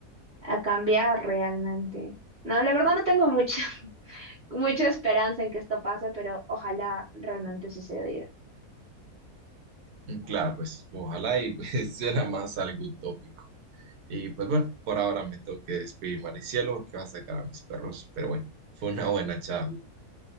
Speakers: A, on the right; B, on the right.
A: a cambiar realmente. No, la verdad no tengo mucha, <laughs> mucha esperanza en que esto pase, pero ojalá realmente sucediera.
B: Y Claro, pues ojalá y <laughs> pues, suena más algo utópico. Y pues bueno, por ahora me tengo que despedir, Maricielo, porque va a sacar a mis perros, pero bueno, fue una buena charla.